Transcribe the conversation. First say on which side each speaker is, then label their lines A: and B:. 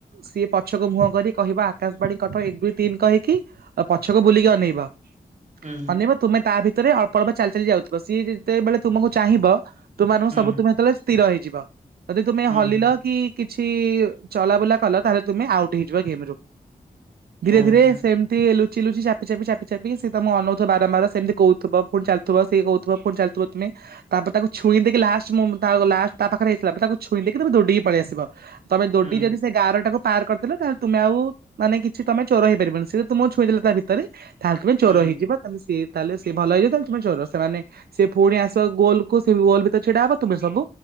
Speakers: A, on the right; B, on the right.
A: ସିଏ ପଛକୁ ମୁହଁ କରି କହିବ ଆକାଶବାଣୀ କଟକ ଏକ ଦୁଇ ତିନି କହିକି ପଛକୁ ବୁଲିକି ଅନେଇବ
B: ହୁଁ
A: ଅନେଇବ ତୁମେ ତାଭିତରେ ଅଳ୍ପ ଅଳ୍ପ ଚାଲି ଚାଲି ଯାଉଥିବ ସିଏ ଯେତେବେଳେ ତୁମକୁ ଚାହିଁବ ତୁମାନଙ୍କୁ
B: ହୁଁ
A: ସବୁ ତୁମେ ଯେତେଳେ ସ୍ଥିର ହେଇଯିବ ଯଦି ତୁମେ
B: ହୁଁ
A: ହଲିଲ କି କିଛି ଚଲାବୁଲା କଲ ତାହଲେ ତୁମେ ଆଉଟ୍ ହେଇଯିବ ଗେମ୍ ରୁ। ଧୀରେ
B: ଓହୋ
A: ଧୀରେ ସେମିତି ଲୁ ଲୁଚି ଲୁଚି ଚାପି ଚାପି ଚାପି ଚାପି ସିଏ ତମକୁ ଅନଉଥ ବାରମ୍ବାର ସେମିତି କହୁଥିବ ପୁଣି ଚାଲୁଥିବ ସିଏ କହୁଥିବୁ ଫୁଣି ଚାଲୁଥିବ ତୁମେ ତାପରେ ତାକୁ ଛୁଇଁ ଦେଇକି ଲାଷ୍ଟ ମୁଁ ଲଷ୍ଟ ତା ପାଖରେ ହେଇ ସାରିଲାଣି ପରେ ତାକୁ ଛୁଇଁ ଦେଇକି ତାମେ ଦୌଡେଇିକି ପଳେଇ ଆସିବ। ତମେ ଦୈଡିକି
B: ହୁଁ
A: ଯଦି ସେଗାଁର ଟାକୁ ପାର କରିଦେଲ ତାହାଲେ ତୁମେ ଆଉ ମାନେ କିଛି ତମେ ଚୋର ହେଇପାରିବନି ସେତୁମକୁ ଛୁଇ ଦେଲେ ତାଭିତରେ ତାହେଲେ ତମେ ଚୋର
B: ହୁଁ
A: ହେଇଯିବ ତାହେଲେ ସିଏ ତାହେଲେ ସେଏ ଭଲଇିବ ତାହେଲେ ତମେ ଚୋର ସେମାନେ ସେ ପୁଣି ଆସିବ ଗୋଲକୁୁ ସେ ଗୋଲ ଭିତରେ ଛିଡା ହବ ତୁମେ ସବୁ